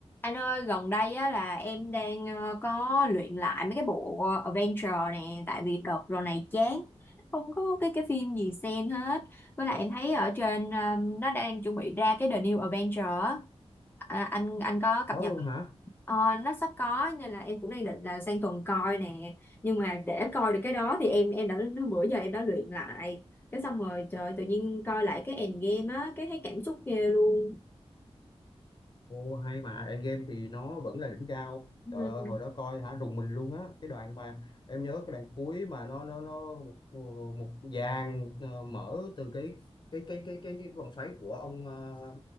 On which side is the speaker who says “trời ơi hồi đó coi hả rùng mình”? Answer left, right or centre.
Left